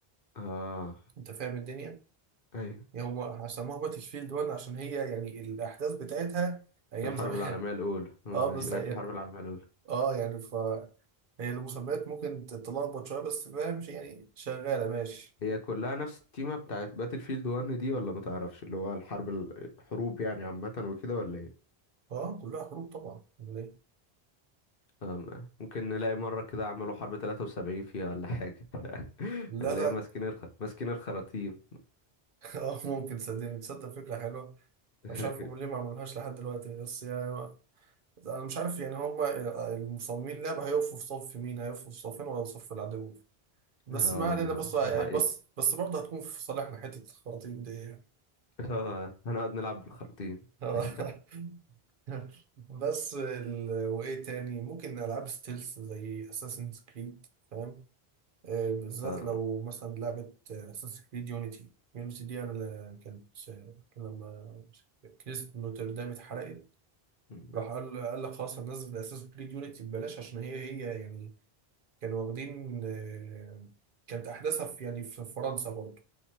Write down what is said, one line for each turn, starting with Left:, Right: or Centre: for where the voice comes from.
Left: اه
Right: انت فاهم الدنيا
Left: ايوه
Right: هم سموها باتشفيلد 1 عشان هي يعني الأحداث بتاعتها أيام
Left: في الحرب
Right: زمان
Left: العالمية الاولى
Right: <laughs>
Left: مم،
Right: اه
Left: عشان
Right: بس هي
Left: هي في الحرب العالمية الاولى
Right: اه يعني ف هي المسميات ممكن تتلخبط شوية بس فاهم شي- يعني شغالة ماشي
Left: هي كلها نفس التيمة بتاعت باتل فيلد 1 دي ولا ما تعرفش اللي هو الحرب ال- الحروب يعني عامة وكده ولا ايه
Right: اه كلها حروب طبعا أمال إيه؟
Left: آه، ممكن نلاقي مرة كده عملوا حرب 73 فيها ولا حاجة <laughs>
Right: لا
Left: هنلاقي
Right: لا
Left: ماسكين الخ... ماسكين الخراطيم
Right: <laughs> اه ممكن صدقني تصدق فكرة حلوة أنا
Left: <laughs>
Right: مش عارف هم ليه ما عملوهاش لحد دلوقتي بس يعني أنا مش عارف يعني هم المصممين اللعبة هيقفوا في صف مين هيقفوا في صفين ولا صف العدو بس
Left: آه
Right: ما علينا
Left: ما
Right: بص
Left: دي حقيقة
Right: بص بس برضه هتكون في صالحنا حتة الخراطيم دي
Left: آه هنقعد نلعب بالخراطيم
Right: آه.
Left: <laughs>
Right: <laughs> بس ال... وايه تاني ممكن العاب ستيلز زي اساسن كريد فاهم آه، بالذات
Left: آه
Right: لو مثلا لعبه اساسن كريد يونيتي يونيتي دي انا ل- كانت آه، لما كنيسة نوتردام اتحرقت
Left: م.
Right: راح قال قال لك خلاص هننزل اساسن كريد يونيتي ببلاش عشان هي هي يعني كانوا واخدين آه، كانت احداثها في يعني في فرنسا برضه